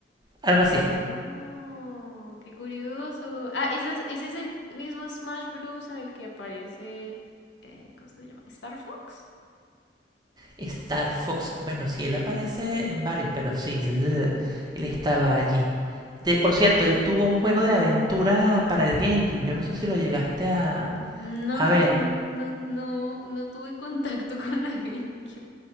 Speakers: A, on the right; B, on the left.
A: Algo
B: ¡Oh!
A: así.
B: qué curioso. Ah, ese es, ese es el mismo Smash Bros. en el que aparece, eh, ¿cómo es que se llama? ¿Star Fox?
A: Star Fox, bueno, sí, él aparece en varios, pero sí, él, él estaba allí. De, por cierto, él tuvo un juego de aventura para el GameCube. Yo no sé si lo llegaste a,
B: No,
A: A ver,
B: no, no, no, no tuve contacto <laughs> con la GameCube.